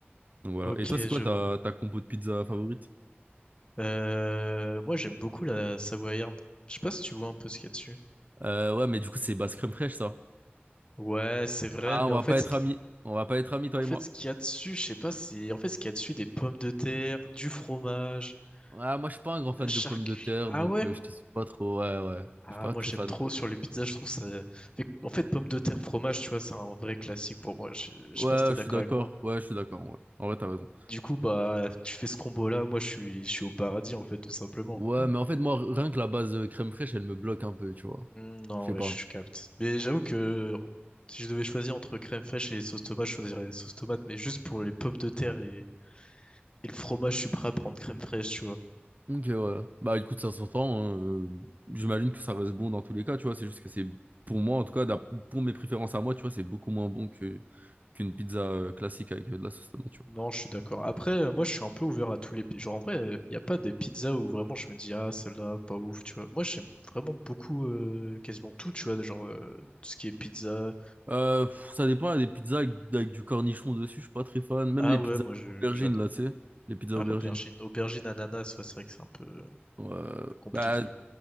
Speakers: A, on the right; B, on the left.
A: Donc voilà.
B: Ok,
A: Et toi, c'est quoi
B: je
A: ta,
B: vois.
A: ta compo de pizza favorite?
B: Euh, moi, j'aime beaucoup la Savoyarde. Je sais pas si tu vois un peu ce qu'il y a dessus.
A: Euh, ouais, mais du coup, c'est basse crème fraîche, ça.
B: Ouais, c'est vrai,
A: Ah,
B: mais
A: on
B: en
A: va
B: fait,
A: pas être
B: ce qui-
A: amis. On va pas être amis, toi
B: en fait,
A: et moi.
B: ce qu'il y a dessus, je sais pas, c'est en fait ce qu'il y a dessus, des pommes de terre, du fromage,
A: Ah, moi, je suis pas
B: de
A: un grand fan
B: la charcuterie.
A: de pommes de terre,
B: Ah
A: donc
B: ouais?
A: euh, je suis pas trop. Ouais, ouais.
B: Ah,
A: Je suis pas
B: moi,
A: très
B: j'aime
A: fan.
B: trop sur les pizzas, je trouve ça. Avec- En fait, pommes de terre, fromage, tu vois, c'est un vrai classique pour moi. Je, je
A: Ouais,
B: sais pas si t'es d'accord
A: je suis d'accord.
B: avec moi.
A: Ouais, je suis d'accord. ouais. En vrai, t'as raison.
B: Du coup, bah, tu fais ce combo-là, moi, je suis, je suis au paradis, en fait, tout simplement.
A: Ouais, mais en fait, moi, rien que la base euh, crème fraîche, elle me bloque un peu, tu vois.
B: Hmm, Non,
A: Je sais
B: ouais,
A: pas.
B: je capte. Mais j'avoue que si je devais choisir entre crème fraîche et sauce tomate, je choisirais sauce tomate, mais juste pour les pommes de terre et, et le fromage, je suis prêt à prendre crème fraîche, tu vois.
A: Ok, ouais. Bah, écoute, ça s'entend. hein, euh, J'imagine que ça reste bon dans tous les cas, tu vois. C'est juste que c'est, pour moi, en tout cas, d'ap- pour mes préférences à moi, tu vois, c'est beaucoup moins bon que qu'une pizza euh, classique avec euh, de la sauce tomate, tu vois.
B: Non, je suis d'accord. Après, euh, moi, je suis un peu ouvert à tous les... pi- Genre, en vrai, euh, il n'y a pas des pizzas où vraiment je me dis, ah, celle-là, pas ouf, tu vois. Moi, j'aime vraiment beaucoup, euh, quasiment tout, tu vois, genre, euh, tout ce qui est pizza.
A: Euh, pff, ça dépend, des pizzas avec, avec du cornichon dessus, je suis pas très fan. Même
B: Ah
A: les
B: ouais,
A: pizzas
B: moi, je,
A: aubergines,
B: j'adore.
A: là, tu sais. Les pizzas
B: Ah,
A: aubergines.
B: aubergine, aubergine, ananas, ouais, c'est vrai que c'est un peu, un
A: Euh,
B: peu compliqué.
A: bah, tu